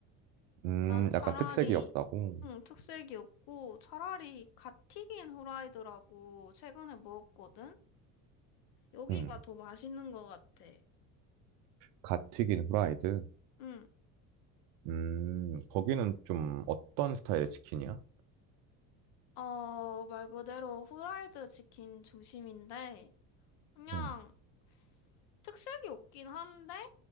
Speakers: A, on the right; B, on the left.
A: 음,
B: 난 차라리,
A: 약간 특색이 없다고?
B: 응, 특색이 없고, 차라리 갓 튀긴 후라이드라고 최근에 먹었거든? 여기가
A: 음,
B: 더 맛있는 것 같아.
A: 갓 튀긴 후라이드?
B: 응,
A: 음, 거기는 좀 어떤 스타일의 치킨이야?
B: 어, 말 그대로 후라이드 치킨 중심인데, 그냥
A: 음,
B: 특색이 없긴 한데,